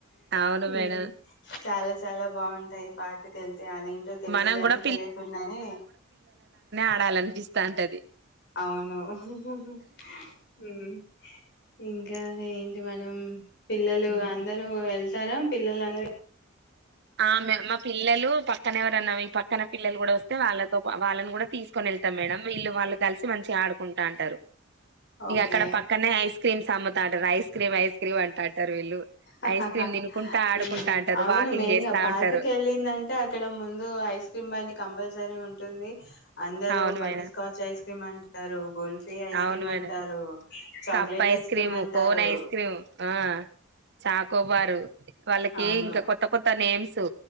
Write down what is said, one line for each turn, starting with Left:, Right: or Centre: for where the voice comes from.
Right: అవును
Left: ఉమ్
Right: మేడం
Left: చాలా చాలా బాగుంటాయి పార్క్ కి వెళ్తే అదెంటో తెలిదు
Right: మనం
Left: కాని
Right: కూడా
Left: తెలియకుండానే
Right: ఆడాలనిపిస్తాంటది
Left: అవును హా హా హా ఉమ్ ఇంకా ఏంటి మనం పిల్లలు
Right: ఉమ్.
Left: అందరూ వెళ్ తరా పిల్లలంద
Right: ఆమె మా పిల్లలు పక్ పక్కన ఎవరన్నా ఈ పక్కన పిల్లలు కూడా వస్తే. వాళ్ళతో వాళ్ళని కూడా తీసుకొని వెళ్తాం. మేడం వీళ్ళు వాళ్ళు కలిసి మంచిగా ఆడుకుంటా అంటారు
Left: ఓకే
Right: ఇగ అక్కడ పక్కనే ఐస్ క్రీమ్ అమ్మత అంటారు ఐస్ క్రీమ్, ఐస్ క్రీం అంటా అంటారు వీళ్ళు
Left: హ
Right: ఐస్
Left: హా హా
Right: క్రీమ్
Left: హా
Right: తినుకుంటా ఆడుకుంటా
Left: ఉహ్మ్
Right: అంటారు
Left: అవును
Right: వాకింగ్
Left: మేన్
Right: చేస్తా
Left: గా పార్క్
Right: ఉంటారు
Left: కి వెళ్ళిందంటే అక్కడ ముందు ఐస్ క్రీమ్ బండి కంపల్సరీ హా ఉంటుంది అందరు
Right: అవును
Left: బటర్
Right: మేడం
Left: స్కాచ్ ఐస్ క్రీమ్అంటారు, కుల్ఫీ ఐస్
Right: అవును
Left: క్రీమ్
Right: మేడం
Left: అంటారు, chocolate
Right: cup
Left: ice cream
Right: cream
Left: అంటారు.
Right: cone ఐస్ క్రీమ్ ఆ చాకోబారు వాళ్ళకి
Left: అవును
Right: ఇంకా కొత్త కొత్త నేమ్స్